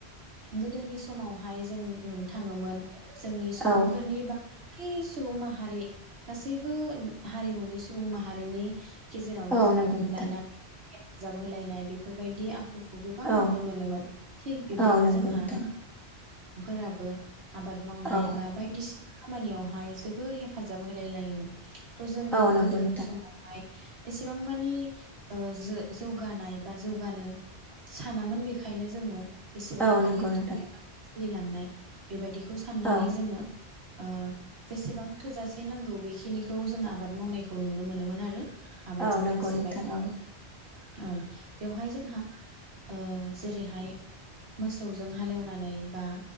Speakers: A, on the right; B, in the centre.
A: गोदोनि समावहाय जों नुनो थाङोमोन । जोंनि सुबुंफोरनि
B: औ
A: बा <unintelligible> सुबुं माहारि गासैबो हारिमुनि सुबुं माहारिनि गेजेरावनो
B: औ
A: जों
B: नंगौ
A: अनलायनाय
B: नोंथां
A: हेफाजाब होलायनाय बेफोरबायदि आ खुखौ गोबां
B: औ
A: नुनो मोनोमोन थिग बिब्दिनो
B: औ नंगौ
A: जोंहा
B: नोंथां
A: फोराब बो । आबाद मावनाय
B: औ
A: बा बायदिसि खामानियावहाय जोबोर हेफाजाब होलाय लायोमोन। थ' जोङो
B: औ नंगौ
A: गोदोनि
B: नोंथां
A: समावहाय एसेबां मानि ओ जो जौगानाय बा जौगानो सानामोन बेखायनो जोङो जेसेबां
B: औ
A: हायो
B: नंगौ नोंथां
A: <unintelligible> सोलिलांनाय <unintelligible> बेबायदिखौ साननानै
B: औ
A: जोङो ओ जेसेबां थोजासे नांगौ बेखिनिखौ जों आबाद मावनायखौ नुनो मोनोमोन आरो । आबादजों
B: औ नंगौ
A: लोगोसे
B: नोंथां
A: बाय
B: औ
A: <inaudible> औ बेवहाय जोंहा ओ जेरैहाय मोसौजों हालेवनानै बा